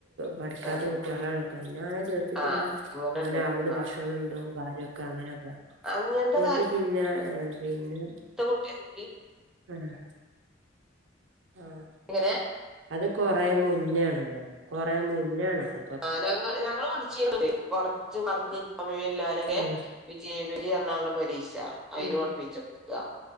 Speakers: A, on the right; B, in the centre.
A: പഠിക്കാത്ത
B: ആ ആ
A: കുട്ടികളെ പിന്നെ അങ്ങനെ ചേർത്തിട്ടില്ല
B: ആ അങ്ങനെണ്ട്
A: അങ്ങനെ അവിടു
B: ആ
A: ഭക്ഷണം എന്തോും കാര്യൊക്കെ അങ്ങനെയൊക്കെ
B: അങ്ങനത്തെ
A: ഇങ്ങോട്ട് പിന്നെ പിന്നെ
B: സത്ത കുട്ടിയല്ല
A: ആഹ് ആഹ്
B: എങ്ങനെ
A: അത് കൊറേ മുന്നണല്ലത് കൊറേ മുന്നാണത്
B: ആഹ് ഞ ഞങ്ങള്ൾ പഠിച്ച കൊറച്ച് വർക്ക് കമ്മല്ലലക്കെ
A: ഉം
B: വിജയവരി എറണാകുണ്ട് പരീക്ഷ അയിന്
A: ഉം
B: കുഠിപ്പിച്ചു ആഹ്